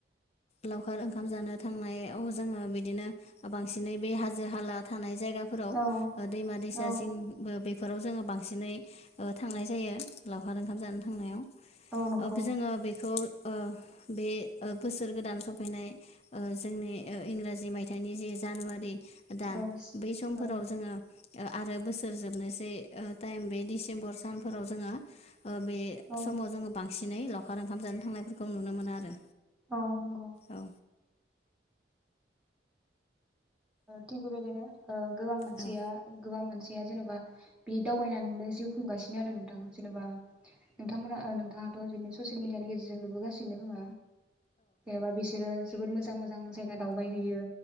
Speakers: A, on the left; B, in the centre.
A: लावखार ओंखाम जानो थांनाय आव ज जोङो बिदिनो बांसिनै बे हाजो हाला थानाय जायगाफोराव
B: औ
A: दैमा दैसा
B: औ
A: जिं बेफोराव जोङो बांसिनै थांनाय जायो लावखार ओंखाम जानो थांनायाव।
B: औ नंगौ
A: जोङो बेखौ ओ बे ओ बोसोर गोदान सफैनाय ओ जोंनि ओ इंराजि मायथाइनि जे जानुवारि दान
B: औ
A: बै समफोराव
B: औ
A: जोङो ओ आरो बोसोर जोबनोसै ओ टाइम बे डिसेम्बर समफोराव जोङो ओ बे
B: औ
A: समाव जोङो बां बांसिनै लावखार ओंखाम जानो थांनायफोरखौ नुनो मोनो आरो।
B: औ नंगौ
A: औ
B: थिग बेबादिनो ओ गोबां मोनसिया
A: औ
B: गोबां मान मानसिया जेनेबा बे दावबायनानैनो जिउ खुंगासिनो आरो नोंथां जेनेबा नोंथांमोना ओ नोंथाङाथ' बिदिनो ससियेल मिडियानि गेजेरजों नुबोगासिनो खोमा एबा बिसोरो जोबोद मोजां मोजां जायगा दावबायहैयो।